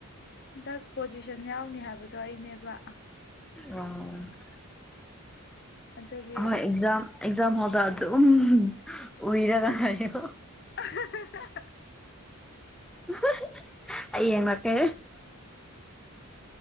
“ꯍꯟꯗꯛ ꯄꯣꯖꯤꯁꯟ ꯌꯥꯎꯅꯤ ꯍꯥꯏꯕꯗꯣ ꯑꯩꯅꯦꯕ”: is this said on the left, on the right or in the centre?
Left